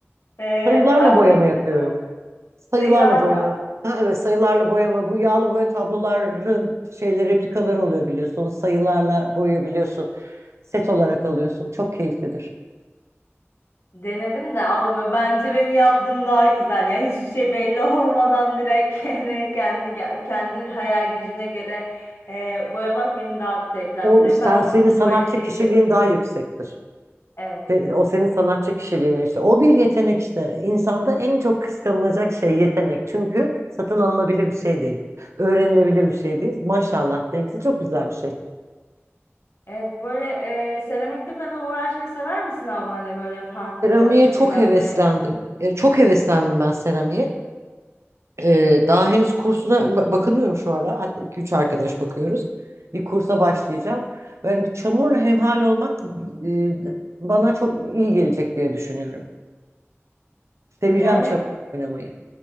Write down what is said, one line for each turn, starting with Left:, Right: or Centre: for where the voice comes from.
Left: e,
Right: Sayılarla
Left: aktivite
Right: boyama yapıyorum. Sayılarla
Left: sayılarla
Right: boyama. Ha, evet sayılarla boyama bu yağlı boya tabloların şeyleri replikaları oluyor biliyorsun. Sayılarla boyayabiliyorsun. set olarak alıyorsun. Çok keyiflidir.
Left: denedim de ama böyle bence benim yaptığım daha güzel. Yani hiçbir şey belli olmadan direkt <laughs> yani kendi ge- kendi hayal gücüne göre e, boyamak beni daha zevklendiriyor.
Right: O sen,
Left: Ben
Right: senin
Left: onun tuvalini
Right: sanatçı
Left: yapıyorum.
Right: kişiliğin daha yüksektir.
Left: Evet.
Right: Ve O senin sanatçı kişiliğine işte. O bir yetenek işte. İnsanda en çok kıskanılacak şey yetenek. Çünkü satın alınabilir bir şey değil. Öğrenilebilir bir şey değil. Maşallah. Benimkisi çok güzel bir şey.
Left: Evet böyle e, seramikle falan uğraşmayı sever misin abla hani böyle farklı
Right: Seramiğe çok
Left: şeylerle?
Right: heveslendim. E, çok heveslendim ben seramiğe. Ee, daha henüz kursuna ba- bakınıyorum şu ara. Hatta iki üç arkadaş bakıyoruz. Bir kursa başlayacağım. Ben çamurla hemhal olmak e, bana çok iyi gelecek diye düşünüyorum. Seveceğim
Left: Yani
Right: çamur oynamayı.